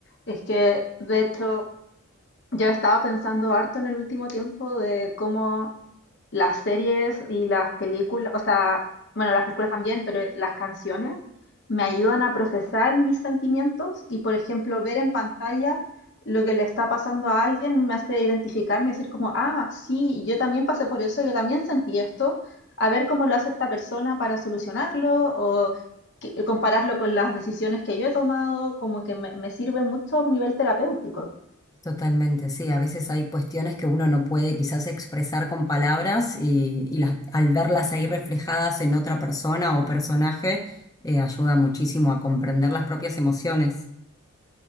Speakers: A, on the left (about 50°); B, on the left (about 15°).
A: Es que, de hecho, yo he estado pensando harto en el último tiempo de cómo las series y las películas, o sea, bueno, las películas también, pero las canciones me ayudan a procesar mis sentimientos y, por ejemplo, ver en pantalla lo que le está pasando a alguien me hace identificarme y decir como, ah, sí, yo también pasé por eso, yo también sentí esto, a ver cómo lo hace esta persona para solucionarlo o que- compararlo con las decisiones que yo he tomado, como que me, me sirve mucho a un nivel terapéutico,
B: Totalmente, sí. A veces hay cuestiones que uno no puede quizás expresar con palabras y, y las, al verlas ahí reflejadas en otra persona o personaje, eh, ayuda muchísimo a comprender las propias emociones.